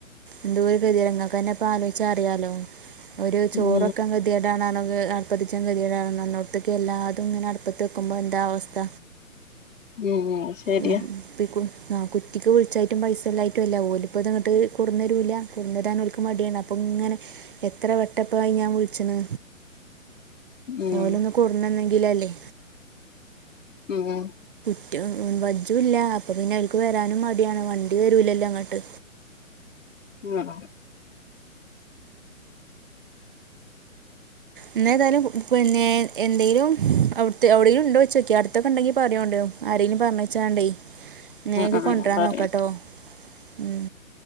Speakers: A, on the right (about 40°); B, on the left (about 65°).
A: എന്തോരു ഗതികേട ഇങ്ങക്കെന്നെ ഇപ്പോ ആലോയിച്ച അറിയാലോ ഒരു ചോറ്
B: ഉം
A: വെക്കാൻ ഗതികേടാണ്ന്ന് ഏ അടുപ്പത്തച്ചാൻ ഗതികേട അന്നോ അന്നോടത്ത്ക്ക് എല്ലാതും ഇങ്ങനെ അടുപ്പത്ത് വെക്കുമ്പോ എന്താ അവസ്ഥ.
B: ഉം ശരിയാ
A: ഉം പിക്കും ആ കുറ്റിക്ക് വിളിച്ചായിട്ടും പൈസ ല്ലായിട്ടും അല്ല ഓല് ഇപ്പ ഇതങ്ങട്ട് കുണ്ടന്നരൂല. കുണ്ടോരാൻ ഓല്ക്ക് മടിയാണ്. അപ്പം ഇങ്ങനെ എത്ര വട്ടപ്പായി ഞാൻ വിളിച്ച്ണ്.
B: ഉം
A: ഓലൊന്ന് കൊണ്ടോന്നെന്ന ങ്കിലല്ലേ.
B: ഉം
A: റ്റു വജും ഇല്ല. അപ്പൊ പിന്നെ ഓല്ക്ക് വരാനും മടിയാണ്. വണ്ടി വരൂലല്ലോ ഇങ്ങട്ട്.
B: ആഹ്
A: ഇന്നെതായാലും പിന്നെ എന്തെലും അവിട്ത്തെ എവിടെലും ഇണ്ടോയിച്ചോക്കി അടുത്തൊക്കെണ്ടെങ്കി പറയോണ്ടിയു ആരേലും പറഞ്ഞേച്ചാണ്ടേ. ഇങ്ങനെയൊക്കെ
B: ആഹ്
A: കൊണ്ടരാൻ
B: ഞാൻ പറയണ്ട്
A: നോക്ക ട്ടോ. ഉം